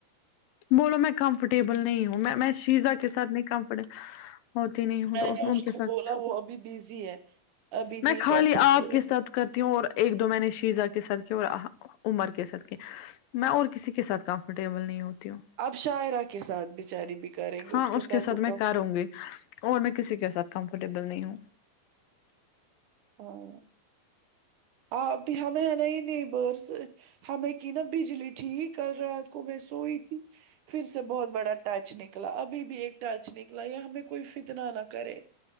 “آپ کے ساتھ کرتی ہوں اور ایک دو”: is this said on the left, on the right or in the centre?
Left